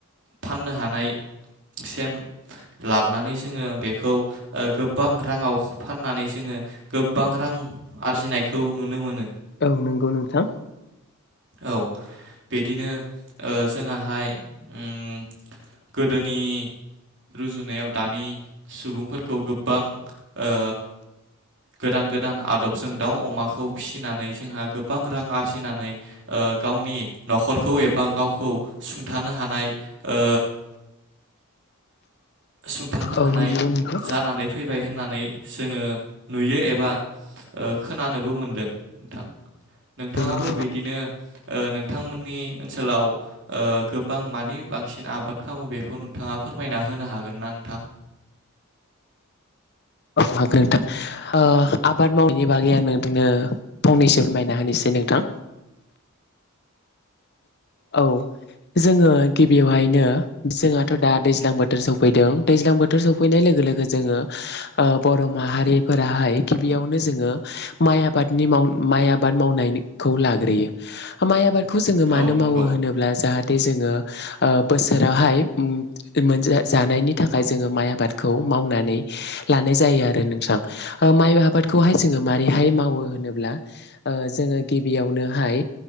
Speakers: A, on the right; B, on the left.
A: फाननो हानाय सेम लाबोनानै जोङो बेखौ गोबां राङाव फाननानै जोङो गोबां रां आरजिनायखौ नुनो मोनो।
B: औ नंगौ नोंथां।
A: औ बेदिनो ओ जोंआहाय उम गोदोनि रुजुनायाव दानि सुबुं फोरखौ गोबां ओ गोदान गोदान आदबजों दाव अमाखौ फिसिनानै जोंहा गोब बां रां आरजिनानै ओ गावनि न'खरखौ एबा गावखौ सुंथानो हानाय ओ सुंथानो हानाय
B: औ नंगौ नोंथां
A: जानानै फैबाय होन होननानै जोङो नुयो एबा ओ खोनानोबो मोनदों नोंथां नोंथाङाबो
B: औ नंगौ
A: बिदिनो ओ नोंथांमोननि ओनसोलाव ओ गोबां ओ मानि बांसिन आबाद खालामो बेखौ नोंथाङा फोरमायना होन हागोन ना नोंथां
B: हागोन नोंथां ओ आबाद मावैनायनि बागै आं नोंथांनो फंनैसो फोरमायना होनोसै नोंथां औ जोङो गिबियावहायनो जोंहाथ' दा दैज्लां बोथोर सफैदों दैज्लां बोथोर सफैनाय लोगो लोगो जोङो ओ बर' माहारिफोराहाय गिबियावनो जोङो माइ आबादनि माव माइ आबाद मावनायखौ लाग्रोयो माइ आबाद खौ जोङो मा
A: औ नंगौ
B: मावो होनोब्ला जाहाथे जोङो ओ बोसोरावहाय मोन जानायनि थाखाय जोङो माइ आबादखौ मावनानै लानाय जायो आरो नोंथां माइ ओ आबादखौहाय जोङो माबोरैहाय मावो होनोब्ला ओ जोङो गिबियावनोहाय